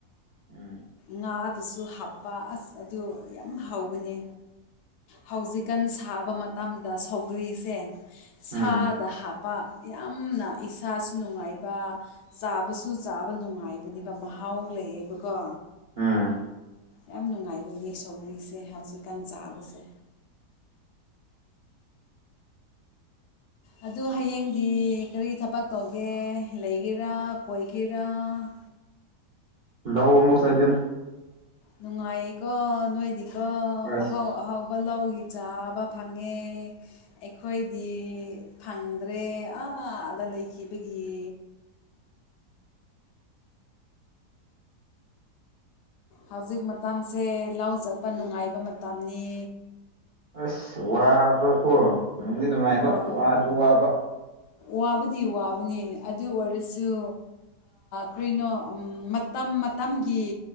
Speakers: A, on the right (about 50°); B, on the left (about 80°).
A: ꯎꯝ
B: ꯉꯥꯛ ꯑꯗꯨꯁꯨ ꯍꯥꯞꯄ ꯑꯁ ꯑꯗꯨ ꯌꯥꯝ ꯍꯥꯎꯕꯅꯦ ꯍꯧꯖꯤꯛꯀꯥꯟ ꯁꯥꯕ ꯃꯇꯝꯗ ꯁꯧꯒ꯭ꯔꯤꯁꯦ ꯁꯥꯗ
A: ꯎꯝ
B: ꯍꯥꯞꯄ ꯌꯥꯝꯅ ꯏꯁ ꯏꯁꯁꯨ ꯅꯨꯡꯉꯥꯏꯕ ꯆꯥꯕꯁꯨ ꯆꯥꯕ ꯅꯨꯡꯉꯥꯏꯕꯅꯦꯕ ꯃꯍꯥꯎ ꯂꯩꯌꯦꯕꯀꯣ
A: ꯑꯥ
B: ꯌꯥꯝ ꯅꯨꯡꯉꯥꯏꯕꯅꯦ ꯁꯧꯒ꯭ꯔꯤꯁꯦ ꯍꯧꯖꯤꯛꯀꯥꯟ ꯆꯥꯕꯁꯦ ꯑꯗꯨ ꯍꯌꯦꯡꯗꯤ ꯀꯔꯤ ꯊꯕꯛ ꯇꯧꯒꯦ ꯂꯩꯒꯦꯔꯥ ꯀꯣꯏꯒꯦꯔꯥ <unintelligible>
A: ꯎ ꯌꯨ ꯁꯦꯡ
B: ꯅꯨꯡꯉꯥꯏꯌꯦꯀꯣ ꯅꯣꯏꯗꯤꯀꯣ
A: ꯑꯁ
B: ꯑꯍꯥꯎ ꯑꯍꯥꯎꯕ ꯂꯧꯏ ꯆꯥꯕ ꯐꯪꯉꯦ ꯑꯩꯈꯣꯏꯗꯤ ꯐꯪꯗ꯭ꯔꯦ ꯑꯥꯗ ꯂꯩꯈꯤꯕꯒꯤ ꯍꯧꯖꯤꯛ ꯃꯇꯝꯁꯦ ꯂꯧ ꯆꯠꯄ ꯅꯨꯡꯉꯥꯏꯕ ꯃꯇꯝꯅꯤ
A: ꯑꯁ ꯋꯥꯕꯀꯣ ꯅꯨꯡꯗꯤ ꯅꯨꯡꯉꯥꯏꯕ
B: ꯍꯣꯏ
A: ꯋꯥꯁꯨ ꯋꯥꯕ
B: ꯋꯥꯕꯨꯗꯤ ꯋꯥꯕꯅꯤ ꯑꯗꯨ ꯑꯣꯏꯔꯁꯨ ꯀꯔꯤꯅꯣ ꯃꯇꯝ ꯃꯇꯝꯒꯤ